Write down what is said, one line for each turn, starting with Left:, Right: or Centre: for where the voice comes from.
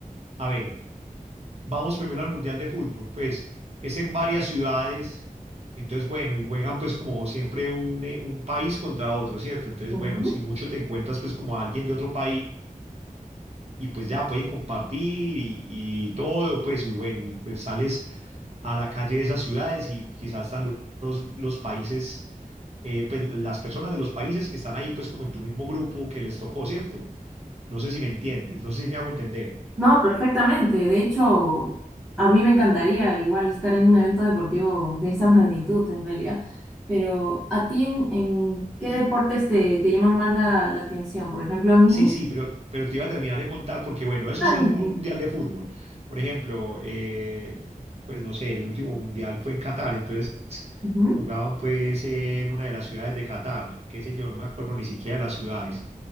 Right: a ver, vamos primero al Mundial de Fútbol. Pues es en varias ciudades. Entonces, bueno, y juegan pues como siempre un, eh, un país contra otro, ¿cierto? Entonces,
Centre: Ujú.
Right: bueno, si mucho te encuentras pues como a alguien de otro país y pues ya pueden compartir y, y todo, pues, y bueno, y pues sales a la calle de esas ciudades y quizás están lo- los, los países eh, pues las personas de los países que están ahí, pues como en tu mismo grupo que les tocó, ¿cierto? No sé si me entiendes, no sé si me hago entender.
Centre: No, perfectamente. De hecho, a mí me encantaría igual estar en un evento deportivo de esa magnitud en realidad. Pero ¿a ti en, en qué
Right: Sí,
Centre: deportes te, te llaman más la, la atención? Por ejemplo, a mí...
Right: sí, sí, pero, pero te iba a terminar de contar porque, bueno, eso
Centre: Ah,
Right: es un
Centre: dime, dime.
Right: mundial de fútbol. Por ejemplo, eh, pues no sé, el último mundial fue en Qatar, entonces
Centre: Ujú,
Right: jugaban pues en una de las ciudades de Qatar, qué sé yo, no me acuerdo ni siquiera de las ciudades,